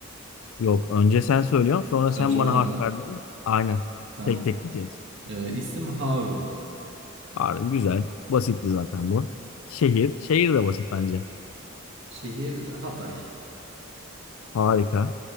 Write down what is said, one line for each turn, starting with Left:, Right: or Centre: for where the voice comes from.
Left: Yok, önce sen söylüyorsun, sonra
Right: Önce
Left: sen bana
Right: ben
Left: harf
Right: mi?
Left: verdin. Aynen.
Right: Tamam.
Left: Tek tek gidiyoruz.
Right: Ee, isim Harun.
Left: Harbi güzel. Basitti zaten bu. Şehir. Şehir de basit bence.
Right: Şehir Hatay.
Left: Harika.